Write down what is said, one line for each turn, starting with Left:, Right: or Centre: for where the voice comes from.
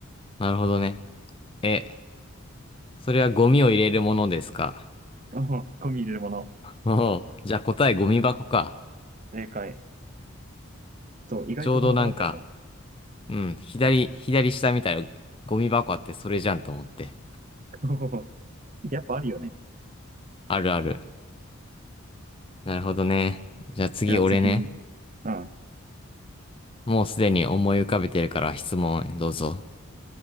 Left: なるほどね。え、それはゴミを入れるものですか
Right: <laughs> お、ゴミ入れるもの。
Left: おうじゃあ答えゴミ箱か。
Right: 正解。そう、意外と簡単だったでしょ
Left: ちょうどなんか、うん、左、左下みたいなゴミ箱あってそれじゃんと思って。
Right: <laughs> やっぱあるよね。
Left: あるある。なるほどね。じゃあ次俺ね。
Right: じゃあ次。うん。
Left: もうすでに思い浮かべてるから質問どうぞ。